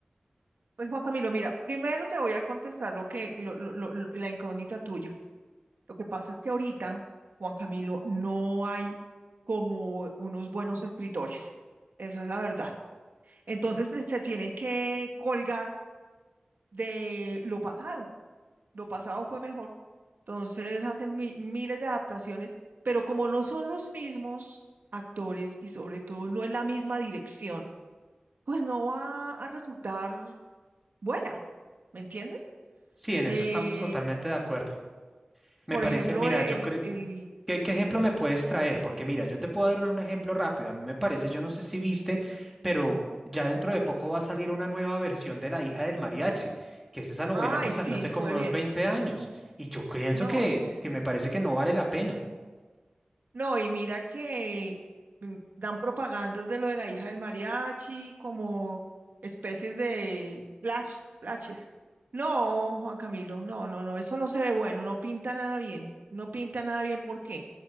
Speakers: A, on the right; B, in the centre.
A: Pues Juan Camilo, mira, primero te voy a contestar lo que lo- lo- lo- lo- la incógnita tuya. Lo que pasa es que ahorita, Juan Camilo, no hay como unos buenos escritores. Esa es la verdad. Entonces se tienen que colgar de lo pasado. Lo pasado fue mejor. Entonces hacen mi- miles de adaptaciones, pero como no son los mismos actores y sobre todo no es la misma dirección, pues no va a resultar buena, ¿me entiendes?
B: Sí, en
A: Eh,
B: eso estamos totalmente de acuerdo. Me
A: por
B: parece,
A: ejemplo,
B: mira,
A: el,
B: yo creo,
A: el...
B: ¿qué, qué ejemplo me puedes traer? Porque mira, yo te puedo dar un ejemplo rápido. A mí me parece, yo no sé si viste, pero ya dentro de poco va a salir una nueva versión de La hija del mariachi, que es esa novela
A: Ay,
B: que salió
A: sí,
B: hace
A: estuve
B: como unos
A: viendo.
B: 20 años. Y yo pienso
A: No,
B: que,
A: sí,
B: que me parece que no vale la pena.
A: No, y mira que mm, dan propagandas de lo de la hija del mariachi, como especies de flash, flashes. No, Juan Camilo, no, no, no, eso no se ve bueno, no pinta nada bien, no pinta nada bien, ¿por qué?